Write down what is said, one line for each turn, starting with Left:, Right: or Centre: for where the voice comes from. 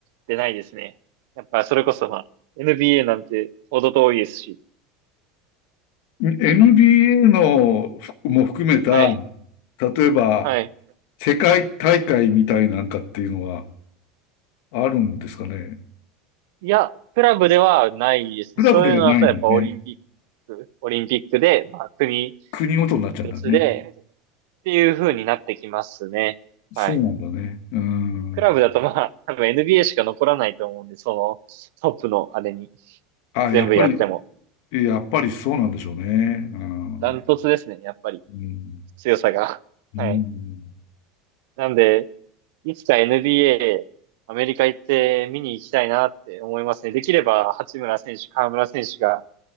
Right: 出ないですね。やっぱそれこそまあ、NBA なんてほど遠いですし。
Left: NBA のも含めた、
Right: はい、
Left: 例えば
Right: はい。
Left: 世界大会みたいなんかっていうのはあるんですかね。
Right: いや、クラブではないですね。
Left: クラブではないのね。
Right: そういうのだとやっぱオリンピック。オリンピックで、まあ、国
Left: 国ごとになっちゃうんだね。
Right: 別で、っていう風になってきますね。
Left: そうなんだね。
Right: はい。
Left: うん。
Right: クラブだとまあ、多分 NBA しか残らないと思うんで、その、トップのあれに、
Left: あ、
Right: 全部やっても。
Left: やっぱりやっぱりそうなんでしょうね。う
Right: ダントツですね、
Left: ん。
Right: やっぱり。
Left: うん。
Right: 強さが。<laughs>
Left: うん。
Right: はい。なんで、いつか NBA、アメリカ行って見に行きたいなって思いますね。できれば、八村選手、河村選手が